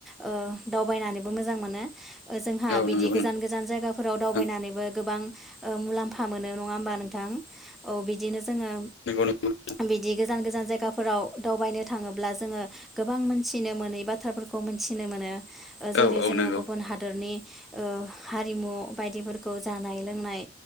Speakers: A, in the centre; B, on the left.
A: ओ दावबायनानैबो मोजां मोनो, जोंहा
B: औ
A: बिदि
B: नंगौ
A: गोजान गोजान जायगाफोराव
B: नोंथां
A: दावबायनानैबो गोबां। ओ मुलाम्फा मोनो नङा होमबा नोंथां औ बिदिनो जोङो
B: नंगौ नंगौ नोंथां।
A: बिदि गोजान गोजान जायगाफोराव दावबायनो थाङोब्ला जोङो गोबां मोनथिनो मोनै बाथ्राफोरखौ मोनथिनो मोनो। जेरै
B: औ औ
A: जोङो
B: नंगौ
A: गुबुन हादोरनि ओ हारिमु बायदिफोरखौ जानाय लोंनाय